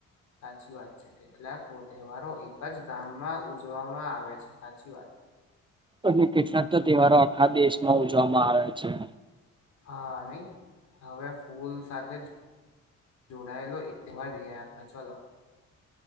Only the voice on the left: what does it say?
સાચી વાત છે કેટલાક તહેવારો એક જ ગામમાં ઉજવામાં આવે છે સાચી વાત
હા નહી હવે ફૂલ સાથે જ જોડાયેલો એક તહેવાર <unintelligible> આપણે ચલો.